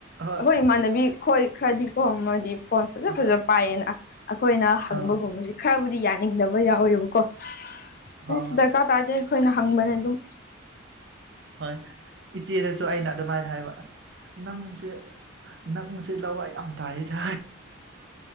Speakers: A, on the right; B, on the left.
A: ꯍꯣꯏ
B: ꯑꯈꯣꯏ ꯏꯃꯥꯟꯅꯕꯤ ꯈꯣꯏ ꯈꯔꯗꯤꯀꯣ ꯃꯥꯜꯗꯤꯞ ꯐꯣꯟ ꯐꯖ
A: ꯑꯥ
B: ꯐꯖ ꯄꯥꯏꯌꯦꯅ ꯑꯈꯣꯏꯅ ꯍꯪꯕꯒꯨꯝꯕꯁꯤ
A: ꯑꯥ
B: ꯈꯔꯕꯨꯗꯤ ꯌꯥꯅꯤꯡꯗꯕ ꯌꯥꯎꯋꯦꯕꯀꯣ ꯑꯗꯨꯢꯁꯨ
A: ꯍꯣꯏ ꯍꯣꯏ
B: ꯗꯔꯀꯥꯔ ꯇꯥꯗꯦ ꯑꯩꯈꯣꯏꯅ ꯍꯪꯕꯅꯦ ꯑꯗꯨꯝ
A: ꯍꯣꯏ ꯀꯤꯠ ꯏꯆꯦꯗꯁꯨ ꯑꯩꯅ ꯑꯗꯨꯃꯥꯏꯅ ꯍꯥꯏꯕ ꯑꯁ ꯅꯪꯁꯦ ꯅꯪꯁꯦ ꯂꯋꯥꯏ ꯌꯥꯝ ꯇꯥꯢꯌꯦꯗ